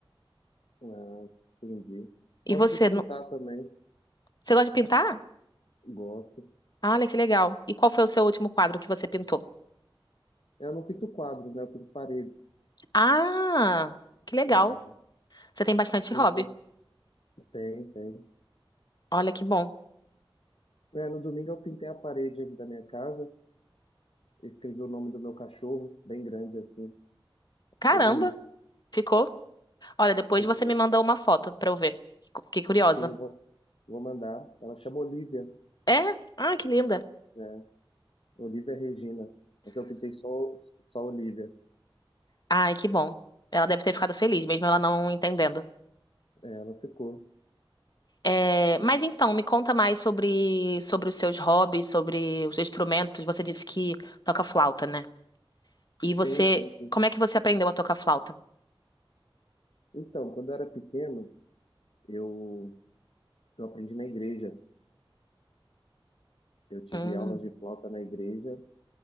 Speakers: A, on the left; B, on the left.
A: Ah, entendi.
B: E
A: Gosto
B: você?
A: de pintar também,
B: Você gosta de pintar?
A: gosto.
B: Olha que legal. E qual foi o seu último quadro que você pintou?
A: Eu não pinto quadros, né? Eu pinto paredes.
B: Ah, que legal.
A: É,
B: Você tem bastante
A: ainda
B: hobby.
A: tem, tem.
B: Olha que bom.
A: É, no domingo eu pintei a parede aqui da minha casa, escrevi o nome do meu cachorro, bem grande assim,
B: Caramba,
A: ficou bonito,
B: ficou. Olha, depois
A: ficou.
B: você me mandou uma foto pra eu ver. Fico- Fiquei curiosa.
A: Sim, vou, vou mandar. Ela chama Olivia,
B: É? Ah, que linda.
A: né? Olivia Regina, mas eu pintei só, só Olivia.
B: Ai, que bom. Ela deve ter ficado feliz, mesmo ela não entendendo.
A: É, ela ficou.
B: É, mas então, me conta mais sobre, sobre os seus hobbies, sobre os instrumentos. Você disse que toca flauta, né? E você,
A: Sim, sim, sim.
B: como é que você aprendeu a tocar flauta?
A: Então, quando eu era pequeno, eu, eu aprendi na igreja. Eu tive
B: Hum,
A: aulas de flauta na igreja